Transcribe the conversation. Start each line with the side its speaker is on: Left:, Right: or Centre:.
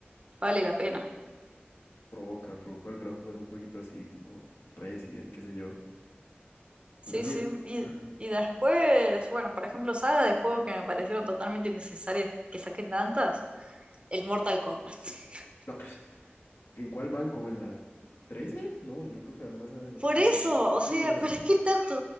Right: vale la pena.
Left: Provoca, provoca volver a jugar un jueguito así, tipo Resident, qué sé yo.
Right: Sí,
Left: El Resident,
Right: sí. Y,
Left: mm,
Right: y después, bueno, por ejemplo, saga de juegos que me parecieron totalmente innecesarias que saquen tantas, el Mortal Kombat. <laughs>
Left: no, pues, ¿en cuál van? ¿Como en la trece No, yo creo que van más av-
Right: Por
Left: avanzados.
Right: eso, o
Left: Sí,
Right: sea,
Left: o sea,
Right: ¿para qué tanto?